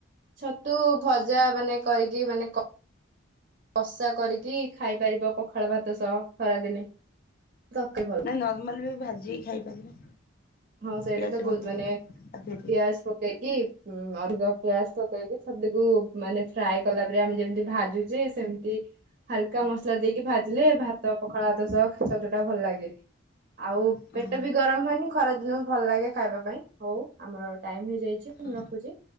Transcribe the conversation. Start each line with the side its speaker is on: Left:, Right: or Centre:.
Right: ଛତୁ ଭଜା ମାନେ କରିକି ମାନେ କଷା କରିକି ଖାଇପାରିବ ପଖାଳ ଭାତ ସହ ଖରାଦିନେ ତ ଭଲ
Left: ନର୍ମାଲି ବି ଭାଜିି କି ଖାଇପାରିବା।
Right: ହଁ, ସେଇଟା
Left: ପିଆଜ
Right: ତ କହୁଛି
Left: ପକେଇକି
Right: ମାନେ
Left: ଆଧିଅରେ
Right: ପିଆଜ ପ ପକେଇକି ଅଧିକ ପିଆଜ ପକେଇକି ଛତୁକୁ ମାନେ ଫ୍ରାଏ କଲା ପରିକା ଆମେ ଯେମିତି ଭାଜୁ ଛେ ସେମିତି ହାଲକା ମସଲା ଦେଇକି ଭାଜିଲେ ଭାତ ପଖାଳ ଭାତ ସହ ଛତୁ ଟା ଭଲ ଲାଗେ। ଆଉ
Left: ହଁ
Right: ପେଟ ବି ଗରମ ହୁଉନି। ଖରା ଦିନକୁ ଭଲ ଲାଗେ ଖାଇବା ପାଇଁ, ହଉ ଆମର ଟାଇମ ହେଇଯାଇଛି
Left: ହଁ
Right: ମୁଁ ରଖୁଛି।